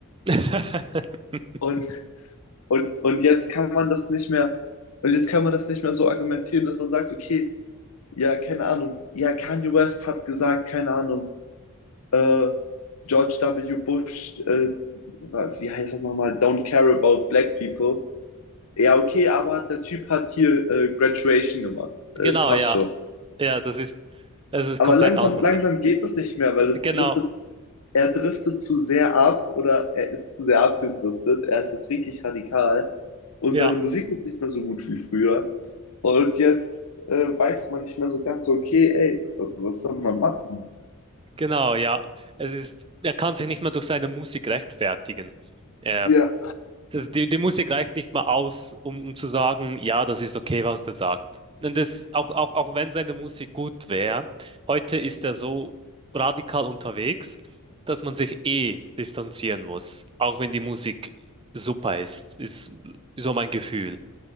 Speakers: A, on the right (about 25°); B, on the left (about 80°).
A: <laughs>
B: <laughs> Und Und, und jetzt kann man das nicht mehr, und jetzt kann man das nicht mehr so argumentieren, dass man sagt, okay, ja, keine Ahnung, ja, Kanye West hat gesagt, keine Ahnung, äh, George W. Bush, äh, wie heißt das nochmal, don't care about black people. Ja, okay, aber der Typ hat hier äh, Graduation gemacht. Es
A: Genau,
B: passt
A: ja.
B: schon.
A: Ja, das ist, es ist
B: Aber
A: komplett
B: langsam,
A: anders,
B: langsam
A: ja.
B: geht das nicht mehr, weil es
A: Genau,
B: driftet, er driftet zu sehr ab oder er ist zu sehr abgedriftet. Er ist jetzt richtig radikal und
A: ja,
B: seine Musik ist nicht mehr so gut wie früher. Und jetzt äh, weiß man nicht mehr so ganz, okay, ey, was soll man machen?
A: genau, ja. Es ist, er kann sich nicht mehr durch seine Musik rechtfertigen. Er,
B: Ja,
A: das, die, die Musik reicht nicht mal aus, um, um zu sagen, ja, das ist okay, was der sagt. Und das, auch, auch, auch wenn seine Musik gut wäre, heute ist er so radikal unterwegs, dass man sich eh distanzieren muss, auch wenn die Musik super ist, ist so mein Gefühl.